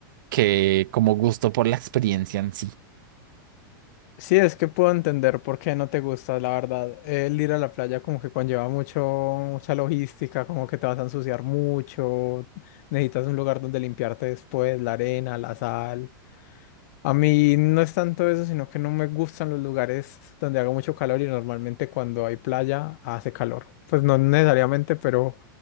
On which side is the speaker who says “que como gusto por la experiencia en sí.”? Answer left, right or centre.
Right